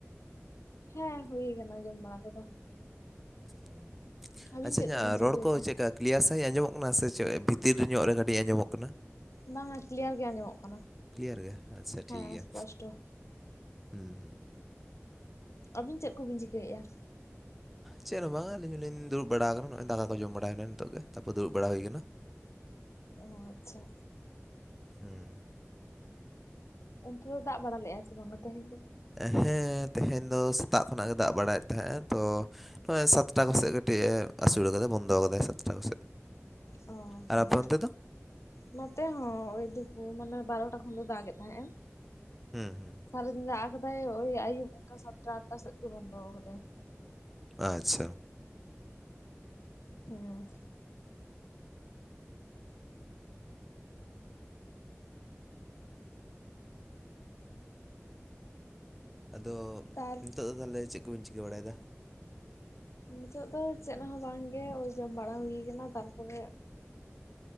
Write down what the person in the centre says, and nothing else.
ᱦᱩ
ᱟᱪᱪᱷᱟ
ᱤᱧᱟᱹᱜ
ᱨᱚᱲ ᱠᱚ ᱪᱮᱫᱠᱟ? ᱠᱞᱤᱭᱟᱨ ᱥᱟᱺᱦᱤᱡ ᱟᱸᱡᱚᱜ ᱠᱟᱱᱟ ᱥᱮ ᱪᱮᱫ ᱵᱷᱤᱛᱤᱨ ᱧᱚᱜ ᱨᱮ ᱠᱟᱹᱴᱤᱡ ᱟᱸᱡᱚᱢᱚᱜ ᱠᱟᱱᱟ?
ᱠᱞᱤᱭᱟᱨ ᱜᱮ ᱟᱪᱪᱷᱟ
ᱴᱷᱤᱠ ᱜᱮᱭᱟ᱾
ᱦᱩᱸ ᱦᱩᱸ᱾
ᱪᱮᱫ ᱦᱚᱸ ᱵᱟᱝᱟ ᱟᱹᱞᱤᱧ ᱦᱚᱸᱞᱤᱧ ᱫᱲᱵ ᱵᱟᱲᱟ ᱟᱠᱟᱱᱟ ᱱᱚᱜᱼᱚᱭ ᱫᱟᱠᱟ ᱠᱚ ᱡᱚᱢ ᱵᱟᱲᱟᱭᱱᱟ ᱱᱤᱛᱚᱜ ᱜᱮ ᱛᱟᱨᱯᱚᱨ ᱫᱩᱲᱩᱵ ᱦᱩᱭ ᱠᱟᱱᱟ᱾
ᱦᱮᱸ᱾
ᱦᱮᱸ ᱛᱮᱦᱮᱧ ᱫᱚ ᱥᱮᱛᱟᱜ ᱠᱷᱚᱱᱟᱜ ᱜᱮ ᱫᱟᱜ ᱵᱟᱲᱟᱭᱮᱫ ᱛᱟᱦᱮᱸᱜᱼᱟ ᱛᱚ? ᱱᱚᱜᱼᱚᱭ ᱥᱟᱛᱴᱟ ᱠᱚᱥᱮᱫ ᱠᱟᱹᱴᱤᱡᱼ ᱮ ᱟᱹᱥᱩᱩᱞ ᱠᱟᱫᱟᱭ ᱵᱚᱱᱫᱚ ᱠᱟᱫᱟᱭ ᱥᱟᱛᱴᱟ ᱠᱚᱥᱮᱫ᱾
ᱟᱨ
ᱟᱯᱮ ᱚᱱᱛᱮ ᱫᱚ
ᱦᱮᱸ ᱦᱮᱸ᱾
ᱟᱪᱪᱷᱟ᱾
ᱟᱫᱚ
ᱱᱤᱛᱚᱜ ᱫᱚ ᱛᱟᱦᱚᱞᱮ ᱪᱮᱫ ᱠᱚᱵᱤᱱ ᱪᱤᱠᱟᱹ ᱵᱟᱲᱟᱭᱮᱫᱟ?